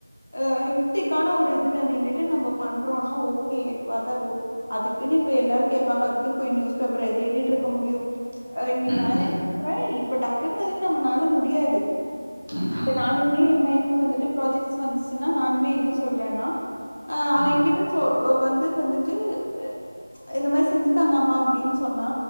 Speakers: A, on the left; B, on the right.
A: அ ஹெக்டிக்கான ஒரு இதுல நின்டுட்டு நம்ம பண்றோனா ஓகே வாத்தார் அதுக்குன்னு இப்ப எல்லாரு கேட்பாங்க அதுக்குன்னு போய் நியூஸ் பேப்பரையா தேடிட்டு இருக்க முடியு நீ
B: ம்
A: நா
B: ம்
A: என்ன சொல்றே இப்ப டக்குன்னு வந்துட்டு நம்மனால முடியாது
B: ம்
A: இப்ப
B: ஆமா
A: நானு னுமே எயே பையனுக்கு வந்துட்டு ப்ராஜெக்ட் வந்துச்சின்னா நானுமே என்ன சொல்றேன்னா ஆ அவ
B: ம்
A: எங்கிட்ட சொ வந்து வந்துட்டு ட்டு இந்த மாரி செஞ்சி தாங்கமா அப்டின்னு சொன்னா